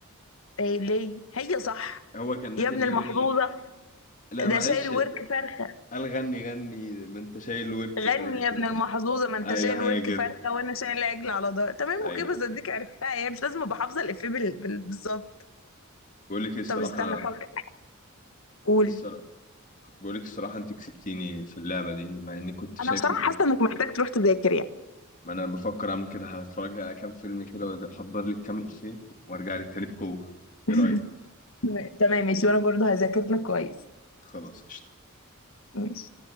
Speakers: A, on the left (about 65°); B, on the left (about 40°).
A: إيه ليه هي صح
B: هو كان نازل
A: يا ابن
B: بيقول
A: المحظوظه
B: لا
A: ده
B: ما
A: شايل
B: قالش
A: ورك فرخه
B: قال غني غني ما انت شايل ورك
A: غني
B: ما انت...
A: يا ابن المحظوظه من
B: ايوه
A: تشاء الورك
B: حاجه كده
A: فرخه وانا شايل العجل على ظهر تمام
B: ايوه
A: اوكي بس اديك عرفتها يعني مش لازم ابقى حافظه الافيه بال- بال- بالظبط
B: بقول لك ايه الصراحه
A: طب استنى فكر قول
B: الصرا- كنت بقول لك الصراحه انت كسبتيني في اللعبه دي مع اني كنت شايف
A: انا بصراحه
B: ان
A: حاسه انك محتاج تروح تذاكر يعني
B: ما انا بفكر اعمل كده هتفرج على كام فيلم كده واحضر لك كام افيه وارجع لك تاني بقوه
A: <laughs>
B: ايه رايك
A: تمام ماشي وانا برضو هذاكر لك كويس
B: خلاص قشطة.
A: ماشي